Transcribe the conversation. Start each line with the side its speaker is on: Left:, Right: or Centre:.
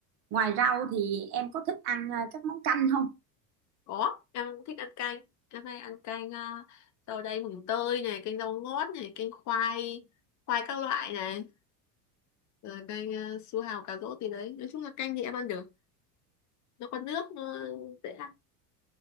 Right: ngoài rau thì em có thích ăn à, các món canh không
Left: Có, em thích ăn canh. Em hay ăn canh uh, rau đay mùng tơi này, canh rau ngót này, canh khoai, khoai các loại này, rồi canh uh, su hào cà rốt gì đấy. Nói chung là canh thì em ăn được. Nó có nước, nó dễ ăn.